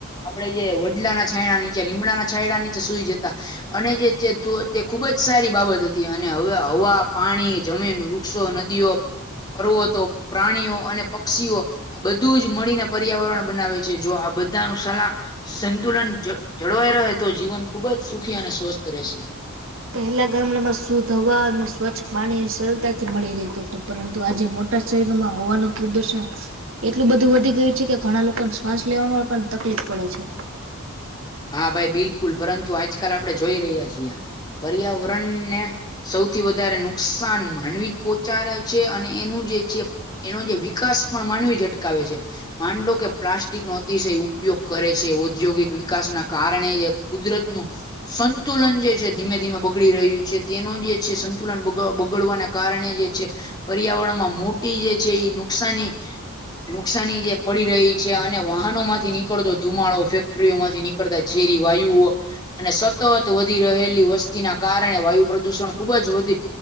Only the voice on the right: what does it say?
પહેલા ગામડામાં શુંદ હવા અને સ્વચ્છ પાણીની સરળતા થી મળી રહેતું હતું પરંતુ આજે મોટા શહેરમાં હવાનું પ્રદુષણ એટલું બધું વધી ગયું છે કે ઘણા લોકોને શ્વાસ લેવામાં પણ તકલીફ પડે છે